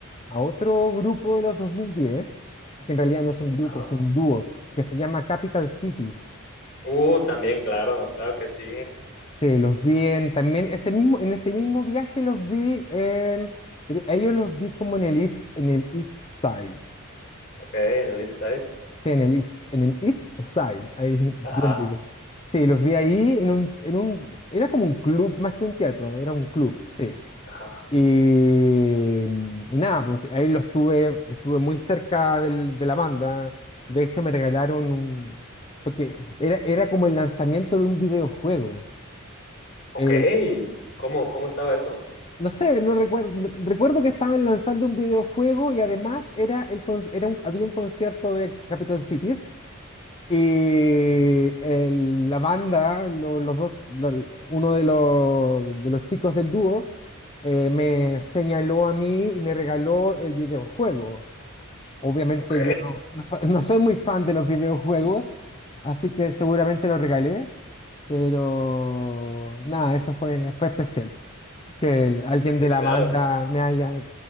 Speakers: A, on the left; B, on the left.
A: a otro grupo de los 2010, que en realidad no es un
B: ajá.
A: grupo, es un dúo, que se llama Capital Cities.
B: Uh, también, claro, claro que sí.
A: Sí, los vi en, también ese mismo, en ese mismo viaje los vi en, pero a ellos los vi como en el East, en el East Side
B: Ok, en el East Side.
A: Sí, en el East, en el East Side, ahí
B: Ajá,
A: bien digo. Sí, los vi ahí en un, en un, era como un club, más que un teatro, era un club, sí.
B: ajá.
A: Y, y nada, pues ahí los tuve, estuve muy cerca del- de la banda. De hecho, me regalaron un, porque era, era como el lanzamiento de un videojuego.
B: Ok,
A: Eh,
B: ¿cómo, cómo estaba eso?
A: no sé, no recuerdo, recuerdo que estaban lanzando un videojuego y además era el, con- era un- había un concierto de Capital Cities. Y el- la banda, lo- los dos, lo- uno de los, de los chicos del dúo, eh, me señaló a mí y me regaló el videojuego. Obviamente
B: Ok,
A: yo no, no so- no soy muy fan de los videojuegos, así que seguramente lo regalé, pero nada, eso fue, fue especial. Que el- alguien
B: <laughs> sí,
A: de la
B: claro.
A: banda me haya,